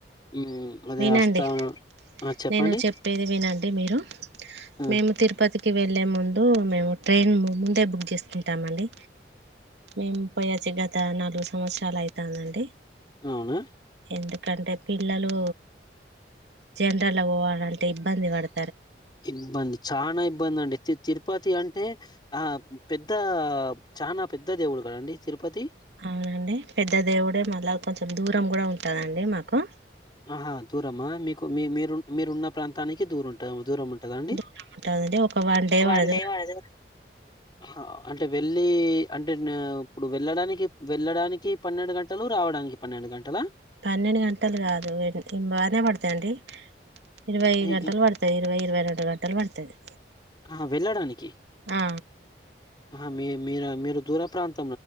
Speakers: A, on the left (about 25°); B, on the right (about 80°).
A: మ్ అదే
B: వినండి
A: వస్తాను ఆ చెప్పండి
B: నేను చెప్పేది వినండి మీరు
A: ఆ
B: మేము తిరుపతి కి వెళ్లే ముందు మేము ట్రైన్ మున్ ముందే బుక్ చేసుకున్ ఉంటామండి మేము పోయచ్చి గత నాలుగు సంవత్సరాలు అయితాందండి
A: అవునా
B: ఎందుకంటే పిల్లలు జనరల్ ఆ వోవాలంటే ఇబ్బంది వాడు
A: ఇబ్బంది చనా ఇబ్బంది అండి తి తిరుపతి అన్ అంటే ఆ పెద్ద చనా పెద్ద దేవుడు గదండి తిరుపతి
B: అవునండి పెద్ద దేవుడే మళ్ళా కొంచెం దూరం గుడా ఉంటుందండి మాకు
A: ఆహా దూరమా మీకు మీ మీరు మీరున్న ప్రాంతానికి దూరం ఉంటా దూరం ఉంట కదాండి
B: దూరం ఉంటదండి ఒక వన్ డే
A: వాండే
B: పడతది
A: వజగున హా అంటే వెళ్ళి అంటే న ఇప్పుడు వెళ్ళడానికి వెళ్ళడానికి పన్నెండు గంటలు రావడానికి పన్నెండు గంటలా.
B: పన్నెండు గంటలు కాదు వెన బానే పడతాయిండి. ఇరవై
A: ఇ
B: గంటలు
A: ఇ
B: పడుతయి ఇరవై ఇరవై రెం గంటలు పడతది
A: ఆ వెళ్ళడానికి
B: ఆ
A: ఆ మీ మీర మీరు దూర ప్రాంత